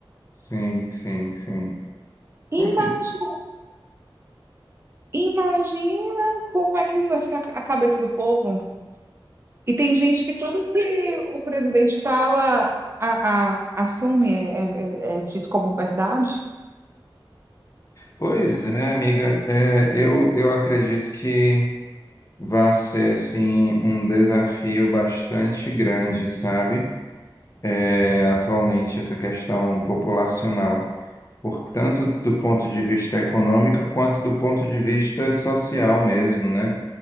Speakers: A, on the left; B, on the right.
A: Sim, sim, sim. Pois
B: Imagina Imagina como é que não vai ficar a cabeça do povo. E tem gente que tudo que o presidente fala, a- a- assume, é, é- é é dito como verdade.
A: pois é, amiga, É, eu, eu acredito que vai ser, assim, um desafio bastante grande, sabe? É, atualmente, essa questão populacional. por tanto do ponto de vista econômico quanto do ponto de vista social mesmo, né?